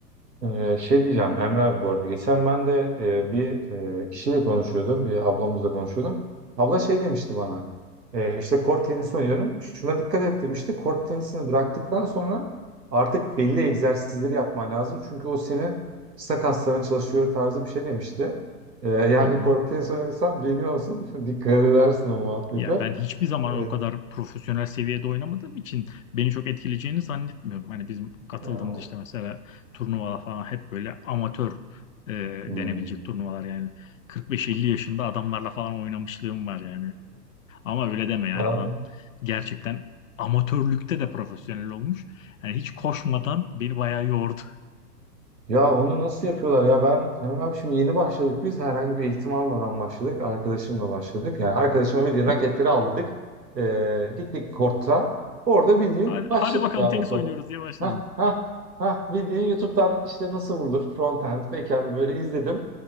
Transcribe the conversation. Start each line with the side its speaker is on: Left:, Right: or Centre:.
Right: Ee, şey diyeceğim Emre abi bu arada. Geçen ben de e, bir e, kişiyle konuşuyordum. Bir ablamızla konuşuyordum. Abla şey demişti bana. E, işte kort tenisi oynuyorum. Şuna dikkat et demişti. Kort tenisini bıraktıktan sonra artık belli egzersizleri yapman lazım. Çünkü o senin sırt kasların çalışıyor tarzı bir şey demişti. E, yani
Left: Hı hı.
Right: kort tenisi oynuyorsan bilgin olsun. <laughs> Dikkat edersin o muhabbete.
Left: Ya ben hiçbir zaman
Right: E,
Left: o kadar profesyonel seviyede oynamadığım için beni çok etkileyeceğini zannetmiyorum. Hani bizim katıldığımız
Right: e, o-
Left: işte mesela turnuvalar falan hep böyle amatör e,
Right: Hmm.
Left: denebilecek turnuvalar yani 45-50 yaşında adamlarla falan oynamışlığım var yani. Ama öyle deme yani
Right: <laughs>
Left: adam gerçekten amatörlükte de profesyonel olmuş. Yani hiç koşmadan beni bayağı yordu.
Right: Ya onu nasıl yapıyorlar ya ben Emre abi şimdi yeni başladık biz herhangi bir eğitim almadan başladık arkadaşımla başladık yani arkadaşıma
Left: Hı
Right: bildiğin
Left: hı.
Right: raketleri aldık Ee, gittik korta orada bildiğin
Left: Hadi,
Right: başladık
Left: hadi bakalım
Right: ya
Left: tenis
Right: o kadar
Left: oynuyoruz diye başladınız.
Right: ha ha ha bildiğin YouTube'dan işte nasıl vurulur frontend backend böyle izledim